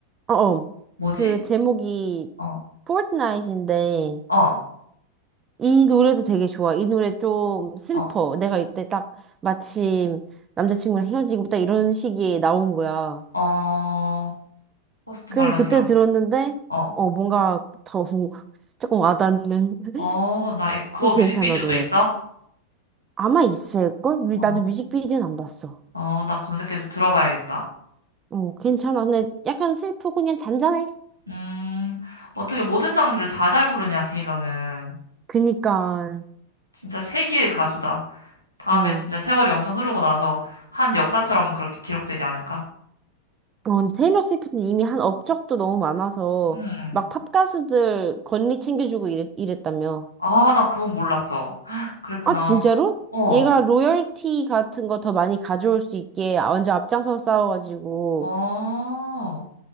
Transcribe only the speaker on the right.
어, 어.
그 제목이
포트나잇인데
이 노래도 되게 좋아. 이 노래 좀 슬퍼.
내가 이때 딱 마침 남자친구랑 헤어지고 딱 이런 시기에 나온 거야.
그래서
그때 들었는데
어 뭔가 더 뭔가 <laughs> 조금 와닿는 <laughs>
이 괜찮아
노래.
아마 있을걸? 뮤-
나도 뮤직비디오는 안 봤어.
어, 괜찮아. 근데 약간 슬프고 그냥 잔잔해.
그니까,
어.
어, 테일러 스위프트는 이미 한 업적도 너무 많아서
막 팝 가수들 권리 챙겨주고 이랬, 이랬다며.
아, 진짜로?
얘가 로열티 같은 거 더 많이 가져올 수 있게 완전 앞장서 싸워가지고